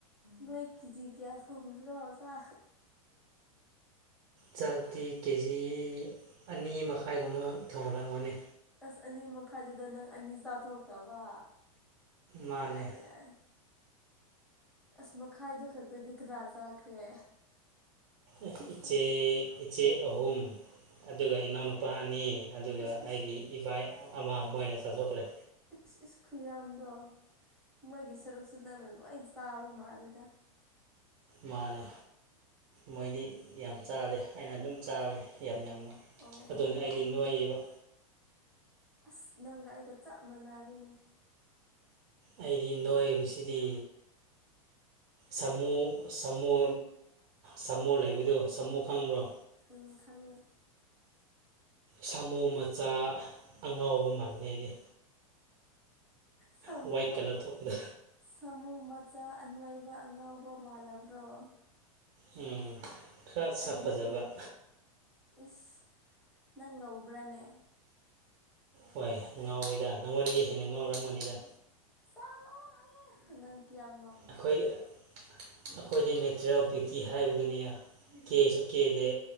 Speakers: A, in the centre; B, on the right.
A: ꯅꯣꯏ ꯀꯦꯖꯤ ꯀꯌꯥ ꯊꯣꯡꯕ꯭ꯔꯣ ꯆꯥꯛ
B: ꯆꯥꯛꯇꯤ ꯀꯦꯖꯤ ꯑꯅꯤ ꯃꯈꯥꯏꯒꯨꯝꯕ ꯊꯣꯡꯍꯜꯂꯝꯒꯅꯤ
A: ꯑꯁ ꯑꯅꯤ ꯃꯈꯥꯏꯗꯨꯗ ꯅꯪ ꯑꯅꯤ ꯆꯥꯊꯣꯛꯇꯕ
B: ꯃꯥꯅꯦ
A: ꯌꯥꯏ ꯌꯥꯏ ꯑꯁ ꯃꯈꯥꯏꯗꯨ ꯈꯛꯇꯗꯤ ꯀꯗꯥ ꯆꯥꯈ꯭ꯔꯦ
B: ꯑꯩ ꯏꯆꯦ ꯏꯆꯦ ꯑꯍꯨꯝ ꯑꯗꯨꯒ ꯏꯅꯥꯎꯅꯨꯄꯥ ꯑꯅꯤ ꯑꯗꯨꯒ
A: ꯑꯁ ꯑꯁ
B: ꯑꯩꯒꯤ ꯏꯄꯥ ꯑꯃ ꯃꯣꯏꯅ ꯆꯠꯊꯣꯛꯈ꯭ꯔꯦ
A: ꯏꯁ ꯏꯁ ꯈꯨꯌꯥꯝꯗꯣ ꯃꯣꯏꯒꯤ ꯁꯔꯨꯛꯁꯨ ꯅꯪꯅ ꯂꯣꯏ ꯆꯥꯕ ꯃꯥꯂꯦꯗ
B: ꯃꯥꯅꯦ ꯃꯣꯏꯗꯤ ꯌꯥꯝ ꯆꯥꯗꯦ ꯑꯩꯅ ꯑꯗꯨꯝ ꯆꯥꯕꯅꯤ ꯌꯥꯝ ꯌꯥꯝꯅ
A: ꯑꯣ
B: ꯑꯗꯨꯅ ꯑꯩꯗꯤ ꯅꯨꯡꯉꯥꯏꯕ
A: ꯑꯁ ꯅꯪꯒ ꯑꯩꯒ ꯆꯞ ꯃꯥꯟꯅꯔꯤꯅꯤ
B: ꯑꯩꯗꯤ ꯅꯥꯏꯕꯁꯤꯗꯤ ꯁꯥꯃꯨ ꯁꯥꯃꯨ ꯁꯥꯃꯨ ꯂꯩꯕꯗꯣ ꯁꯥꯃꯨ ꯈꯪꯕ꯭ꯔꯣ
A: ꯎ ꯈꯉꯤ
B: ꯁꯥꯃꯨ ꯃꯆꯥ ꯑꯉꯥꯎꯕ ꯃꯥꯃꯤꯅꯦ ꯑꯩꯗꯤ
A: ꯁꯃꯨ
B: ꯋꯥꯏꯠ ꯀꯂꯔ ꯊꯣꯛꯄꯗꯣ
A: ꯁꯥꯃꯨ ꯃꯆꯥ ꯑꯟꯏꯕ ꯑꯉꯥꯎꯕ ꯃꯥꯜꯂꯕ꯭ꯔꯣ
B: ꯎꯝ ꯈꯔ ꯁꯛ
A: ꯑꯩꯗꯤꯀꯣ
B: ꯐꯖꯕ
A: ꯏꯁ ꯅꯪ ꯉꯧꯕ꯭ꯔꯅꯦ
B: ꯍꯣꯏ ꯉꯥꯎꯋꯤꯗ ꯅꯪꯉꯣꯟꯗꯒꯤ ꯍꯦꯟꯅ ꯉꯥꯎꯔꯝꯒꯅꯤꯗ
A: ꯆꯂ ꯅꯪ ꯀ ꯌꯥꯝ
B: ꯑꯩꯈꯣꯏꯗꯤ ꯑꯩꯈꯣꯏꯗꯤ ꯅꯦꯆꯔꯦꯜ ꯕ꯭ꯌꯨꯇꯤ ꯍꯥꯏꯕꯗꯨꯅꯤ ꯀꯦꯁꯨ ꯀꯦꯗꯦ